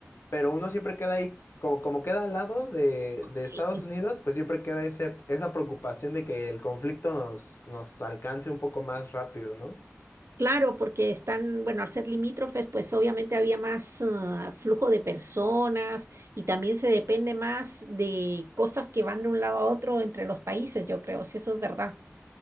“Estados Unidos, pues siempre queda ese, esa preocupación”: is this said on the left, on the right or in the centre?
Left